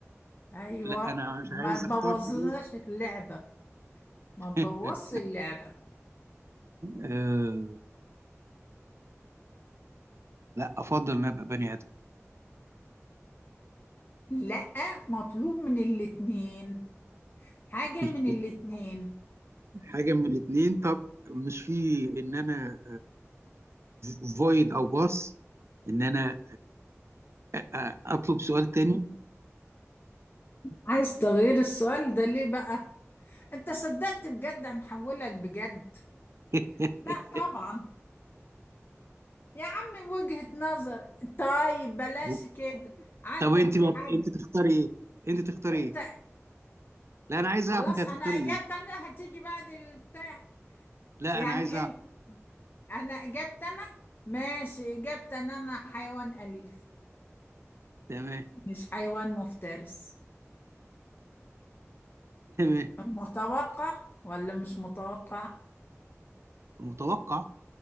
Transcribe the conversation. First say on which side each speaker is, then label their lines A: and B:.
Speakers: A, on the left; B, on the right.
A: ايوه
B: لا انا مش
A: ما
B: عايز
A: تبوظلناش
B: اختار في دول
A: اللعبة ما تبوظش
B: <laughs>
A: اللعبة
B: آه لا افضل ان أنا ابقى بني ادم
A: لا مطلوب من الاتنين حاجة
B: <laughs>
A: من الاتنين
B: حاجه من الاثنين طب مش في ان انا افويد او باص ان انا أ- أ- اطلب سؤال تاني
A: عايز تغيير السؤال ده ليه بقى انت صدقت بجد هنحولك بجد
B: <laughs>
A: لا طبعا يا عم وجهة نظر طيب
B: <applause>
A: بلاش كده عندك
B: طب انت بقى
A: حد
B: انت تختاري ايه انت تختاري
A: انت
B: ايه لا انا عايز
A: خلاص
B: اعرف انت هتختاري
A: انا اجابت
B: ايه
A: انا هتيجي بعد البتاع
B: لا
A: يعني
B: انا عايز اعرف
A: ال- انا اجابت انا ماشي اجابت ان انا حيوان اليف
B: تمام
A: مش حيوان مفترس
B: تمام
A: متوقع ولا مش متوقع
B: متوقع